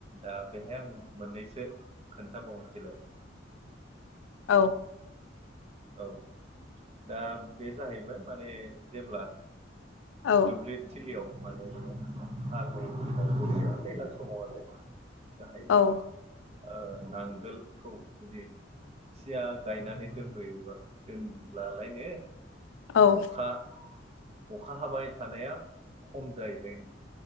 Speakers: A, on the right; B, on the left.
A: दा बेहाय आं मोननैसो खोन्थाबावनोसैलाय
B: औ।
A: औ दा बे जाहैबाय माने जेब्ला।
B: औ।
A: दुब्लिथिलियाव माने हालोऔनाय माने दैलां समाव आरो गाहाय
B: औ
A: नामा ओ नांगोलखौ जुदि थिया गायनानै दोनबोयो दोनब्लालायनो
B: औ
A: अखा अखा हाबाय थानाया खम जायलायनो